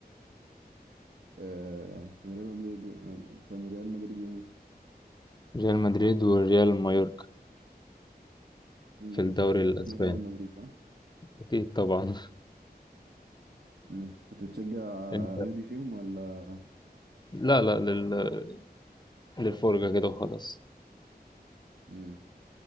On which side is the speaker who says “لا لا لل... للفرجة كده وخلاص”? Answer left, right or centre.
Left